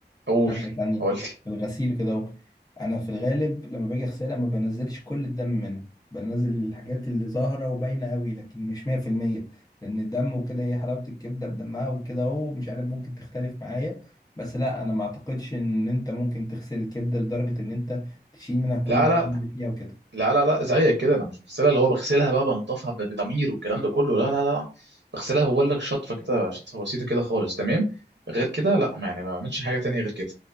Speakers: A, on the right; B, on the left.
A: اقول
B: ثانية ثانية
A: قلت
B: في الغسيل كده اهو انا في الغالب لما باجي اغسلها ما بنزلش كل الدم منها بنزل الحاجات اللي ظاهرة وباينة قوي لكن مش 100% لان الدم وكده هي حلاوة الكبدة بدمها وكده اهو مش عارف ممكن تختلف معايا بس لا انا ما اعتقدش ان انت ممكن تغسل الكبدة لدرجة ان انت تشيل منها كل
A: لا
B: الدم
A: لا
B: اللي فيها وكده
A: لا لا لا زيك كده انا مش بغسلها اللي هو بغسلها بقى بنضفها ب- بضمير والكلام ده كله لا لا لا بغسلها هو لك شطفه كده شطفه بسيطه كده خالص تمام غير كده لا ما يعني ما بعملش حاجه تانية غير كده